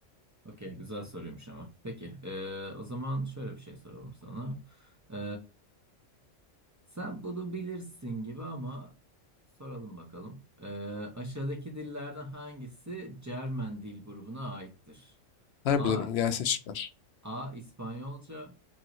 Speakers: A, on the right; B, on the left.
A: Okey, güzel soruymuş ama. Peki, e, o zaman şöyle bir şey soralım sana. E, sen bunu bilirsin gibi ama soralım bakalım. E, aşağıdaki dillerden hangisi Cermen dil grubuna aittir?
B: Ne
A: A.
B: bilirim gelsin şıklar.
A: A. İspanyolca